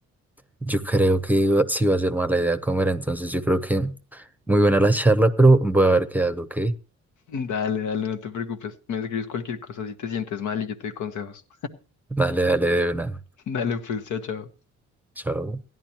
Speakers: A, in the centre; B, on the left.
A: yo creo que iba- sí va a ser mala idea comer, entonces yo creo que muy buena la charla, pero voy a ver qué hago, ¿ok?
B: Dale, dale, no te preocupes. Me escribes cualquier cosa si te sientes mal y yo te doy consejos.
A: Dale, dale, de una.
B: <laughs> Dale, pues, chao, chao.
A: Chao.